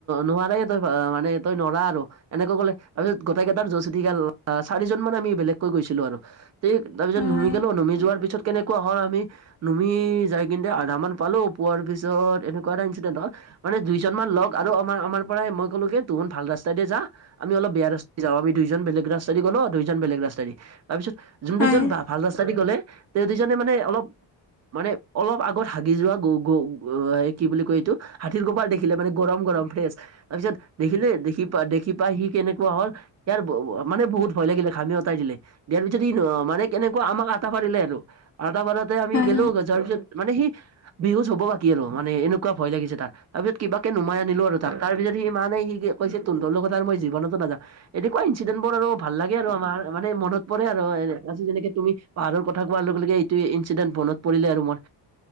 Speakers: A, on the right; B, on the left.
A: নোৱাৰাৰে তই মানে তই নৰা আৰু এনেকৈ ক'লে তাৰপিছত গোটেইাৰ জছ চিতিকাল চাৰিজন মান আমি বেলেগকৈ গৈছিলো আৰু তাৰ পিছত
B: হয় হয়
A: নুমি গ'লো নুমি যোৱাৰ পিছত কেনেকুৱা হল আমি নুমি যাই কিন্তু আধামান পালো পোৱাৰ পিছত এনেকুৱা এটা ইনচিডেন্ট হল, মানে দুইজনমান লগ আৰু আমাৰ আমাৰ পৰাই মই ক'লো কে তুহন ভাল ৰাস্তাইতে যা আমি অলপ বেয়া ৰাস্তা যাওঁ আমি দুজন বেলেগ ৰাস্তাদি গ' ন দুইজন বেলেগ ৰাস্তা দি তাৰপিছত যোন
B: হয়
A: দুজন বা ভাল ৰাস্তাইদি গলে তেওঁ দুজনে মানে অলপ মানে অলপ আগত হাগি যোৱা গো গো কি বুলি কয় এইটো হাতীৰ কপাল দেখিলে মানে গৰম গৰম ফ্ৰেছ তাৰ পিছত দেখিলে দেখি পা দেখি পাই সি কেনেকুৱা হল ইয়াৰ মানে বহুত ভয় লাগিলে খামি উতাই দিলে। দিয়াৰ পিছত ই মানে কেনেকুৱা আমাক আটাফাৰিলে আৰু আটা ফাৰাতে আমি
B: হয় হয় হয় হয়
A: গলো যোৱাৰ পিছত মানে সি বিহুত হব বাকী আৰু মানে এনেকুৱা ভয় লাগিছে তাক তাৰপিছত কিবাকে নুমাই আনিলো আৰু তাক তাৰ পিছতিনে সি কৈ তোন তটোৰ কথাাৰ মই জীৱনতো নাযা এনেকুৱা ইনঞ্চিডেণ্ট বোৰ আৰু ভাল লাগে আৰু আমাৰ মানে মনত পৰে আৰু যেনেকে তুমি পাহাৰৰ কোৱাৰ লগে লগে এইটো ইঞ্চিডেণ্ট বনত পৰিলে আৰু মই